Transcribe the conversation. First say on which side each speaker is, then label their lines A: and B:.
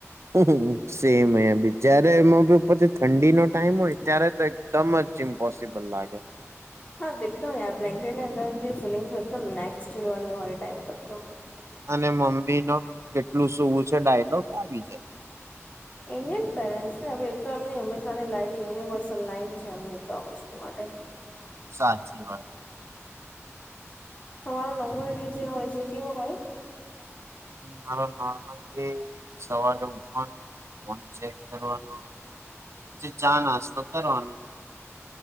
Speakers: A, on the right; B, on the left.
A: હમ્મ સેમ મે બી જયારે એમાં ઉપરથી ઠંડીનો ટાઈમ હોય ત્યારે તે એકદમ જ ઇમ્પોસિબલ લાગે.
B: હા દેખતો <unintelligible> બ્લાંકેટ ની અંદર નીફીલિંગ્સ કદમ નેસ્ટલેવલની હોયએ ટાઈમ તો.
A: અને મમ્મી નો કેટલું સૂવું છે ડાયલોગ આવી જાય.
B: ઇન્ડિયન પેરેન્ટસ ને હવે એ તો એમની હંમેશાની લાઇન યુનિવર્સલ લાઈન જેમની તો આ વસ્તુ માટે.
A: સાચી વાત
B: તમારો નોમલ ડે જે હોય છે કેવા હોય?
A: હ મારો નોર્મલી સવારે ઉઠવાનું ફોન ચેક કરવાનો પછી ચા- નાસ્તો કરવાનો.